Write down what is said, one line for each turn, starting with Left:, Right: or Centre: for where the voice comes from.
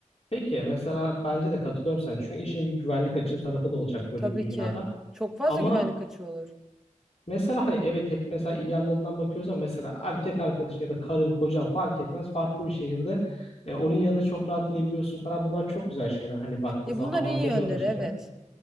Left: Peki mesela bence de katılıyorum sen çünkü işin bir güvenlik açığı tarafı da olacak böyle
Centre: Tabii
Left: bir dünyada.
Centre: ki. Çok fazla
Left: Ama
Centre: güvenlik açığı olur.
Left: Mesela hani evet hep mesela iyi yanlarından bakıyoruz ama mesela erkek arkadaşın ya da karın, kocan fark etmez. Farklı bir şehirde e, onun yanına çok rahat gidebiliyorsun falan. Bunlar çok güzel şeyler hani baktığın
Centre: E
Left: zaman
Centre: bunlar
Left: avantajı
Centre: iyi yönleri
Left: olan şeyler.
Centre: evet.